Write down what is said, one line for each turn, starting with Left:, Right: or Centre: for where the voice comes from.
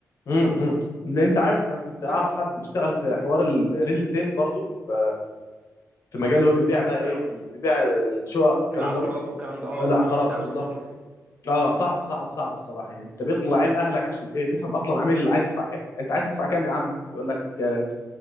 Left: امم امم لان انت عارف انا كنت اعرف
Right: بس
Left: حد بيشتغل في حوار الريل استيت برضه ف- في مجال اللي هو بيبيع بقى
Right: بقى
Left: ايه اللي بيبيع الشقق والكلام
Right: العقارات
Left: دوت
Right: والكلام ده اه
Left: العقارات
Right: ده أوسخ
Left: بالظبط
Right: شغل
Left: اه صعب صعب صعب الصراحه يعني انت بيطلع عين اهلك عشان ايه تفهم اصلا العميل اللي عايز يدفع كام يعني انت عايز تدفع كام يا عم يقول لك آه